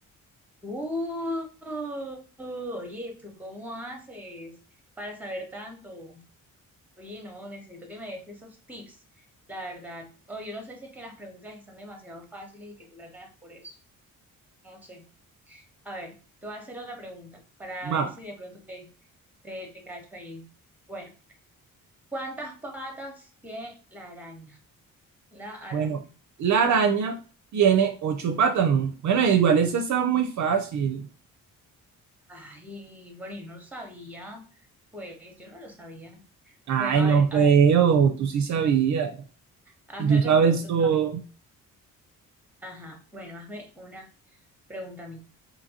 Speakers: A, in the centre; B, on the right.
A: Uh, oye, ¿tú cómo haces para saber tanto? Oye, no, necesito que me des esos tips, la verdad. O yo no sé si es que las preguntas están demasiado fáciles y que tú las ganas por eso. No sé. A ver, te voy a hacer otra pregunta para ver
B: Va.
A: si de pronto te, te, te cacho ahí. Bueno, ¿cuántas patas tiene la araña? La araña.
B: Bueno, la araña tiene ocho patas, ¿no? Bueno, igual esa está muy fácil.
A: Ay, bueno, yo no lo sabía. Pues yo no lo sabía.
B: Ay,
A: Bueno, a
B: no
A: ver,
B: creo,
A: a ver,
B: tú sí sabías
A: hazme
B: y tú
A: otra
B: sabes
A: pregunta
B: todo.
A: también. Ajá, bueno, hazme una pregunta a mí.